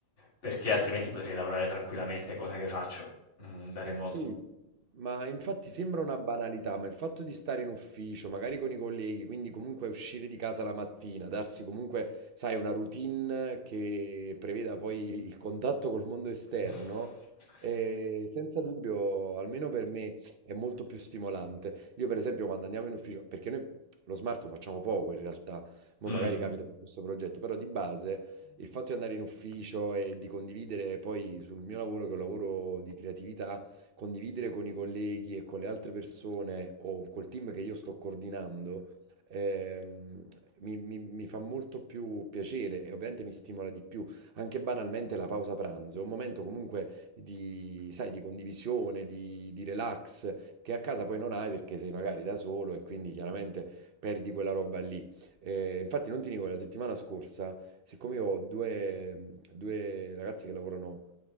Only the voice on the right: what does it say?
Sì, ma infatti sembra una banalità, ma il fatto di stare in ufficio, magari con i colleghi, quindi comunque uscire di casa la mattina, darsi comunque, sai, una routine che preveda poi il contatto col mondo esterno,
eh, senza dubbio, almeno per me, è molto più stimolante. Io per esempio quando andiamo in ufficio, perché noi lo smart lo facciamo poco in realtà, mo
magari capita su questo progetto, però di base il fatto di andare in ufficio e di condividere poi sul mio lavoro, che è un lavoro di creatività, condividere con i colleghi e con le altre persone o col team che io sto coordinando, ehm, mi, mi- mi fa molto più piacere e ovviamente mi stimola di più. Anche banalmente la pausa pranzo è un momento comunque di, sai, di condivisione, di, di relax, che a casa poi non hai perché sei magari da solo e quindi chiaramente perdi quella roba lì. Eh, infatti non ti dico, la settimana scorsa, siccome io ho due, due ragazzi che lavorano